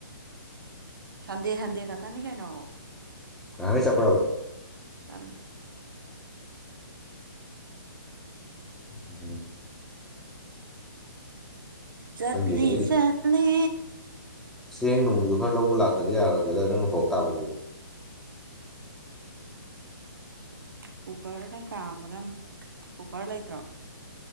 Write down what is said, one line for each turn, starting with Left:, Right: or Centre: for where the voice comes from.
Right: ꯁꯟꯗꯦ ꯁꯟꯗꯦ ꯀꯊꯅꯤ ꯀꯥꯏꯅ
Centre: ꯉꯅꯤ ꯆꯄ꯭ꯔꯕ
Right: ꯆꯂꯦ
Centre: ꯎꯝ
Right: ꯆꯠꯂꯤ
Centre: ꯈꯪꯗꯦꯅꯦ ꯑꯩꯗꯤ
Right: ꯆꯠꯂꯤ
Centre: ꯆꯦꯡ ꯅꯨꯡꯗꯨ ꯈꯔ ꯂꯧꯕ ꯂꯥꯛꯇꯗꯤ ꯌꯥꯔꯔꯣꯏꯒꯦꯗ ꯅꯪꯅ ꯄꯣꯔꯣꯛ ꯇꯥꯕꯗꯨ
Right: ꯀꯨꯀꯔꯅ ꯀꯥꯝꯒꯗꯕꯅꯤ ꯀꯨꯀꯔ ꯂꯩꯇ꯭ꯔꯣ